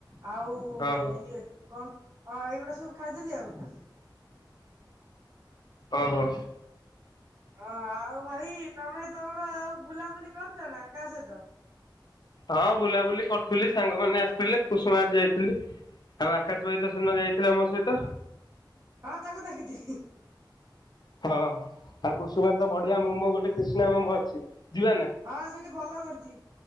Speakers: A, on the right; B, on the left.
A: ଆଉ ଓ
B: ଓହୋ
A: ଇଏ କଁ ହଁ ଏଇଗୁଡ଼ା ସବୁ ଖାଇଦେଲି ଆଉ।
B: ଓହୋ।
A: ହଁ ଆଉ ଭାଇ ତମେ ତମର ଆଉ ବୁଲାବୁଲି କରୁଚନା କାହା ସହିତ?
B: ହଁ ବୁଲାବୁଲି କର ଖୁଲି ସାଙ୍ଗ ମାନେ ଆସିଥିଲେ କୁସୁମା ଯାଇଥିଲି ଆଉ ଆକାଶ ଭାଇତ ସେଦିନ ଯାଇଥିଲେ ଆମ ସହିତ।
A: ହଁ ତାକୁ ଦେଖିଥିଲି।
B: ହଁ ଆଉ କୁସୁମାରେତ ବଢ଼ିଆ ମୋମୋ ଗୋଟେ କିଷ୍ଣା ମୋମୋ ଅଛି ଯିବାନା?
A: ହଁ ସେଇଠି ଭଲକରୁଚି